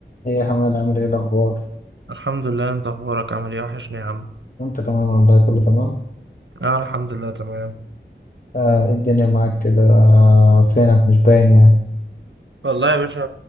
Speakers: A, on the left; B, on the right.
A: ايه يا حماد عامل ايه الاخبار
B: الحمد لله انت اخبارك عامل ايه وحشني يا عم
A: وانت كمان والله كله تمام
B: اه الحمد لله تمام
A: آه ايه الدنيا معاك كده آه فينك مش باين يعني
B: والله يا باشا